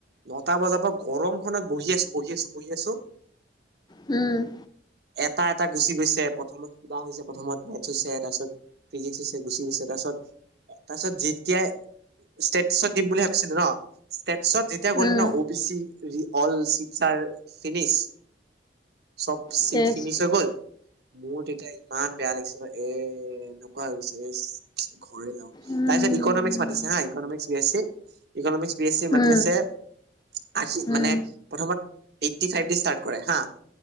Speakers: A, on the right (about 60°); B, on the left (about 25°).
A: ।নটা বজাৰ পৰা গৰমখনত বহি আছোঁ বহি আছোঁ বহি আছোঁ।
B: উম।
A: এটা এটা গুচি গৈছে প্ৰথমত কিবা হৈছে প্ৰথমত মেথছ হৈছে তাৰপিছত ফিজিক্স হৈছে গুচি গৈছে তাৰপিছ তাৰপিছত যেতিয়াই ষ্টেটছত দিম বুলি ভাবিছিলোঁ ন ষ্টে- পিছত যেতিয়া গ'লে
B: উম,
A: ন অ বি চি। অল চিচাৰ ফিনিছ। চব চিকচ।
B: চেচ
A: চ গ'ল মোৰ তেতিয়া ইমান বেয়া লাগিছে ন এ এনেকুৱা হৈ গৈছে ইছ। ঘৰে যাওঁ
B: উম,
A: তাৰ পিছত ইকনমিক্স মাতিছে হা ইকনমিক্স হৈ আছে। ইকনমিক্স। বি এ চি মাতি
B: উম,
A: আছে আশী
B: উম,
A: মানে প্ৰথমত- এইটটি ফাইভ দি ষ্টাৰ্ট কৰে হা।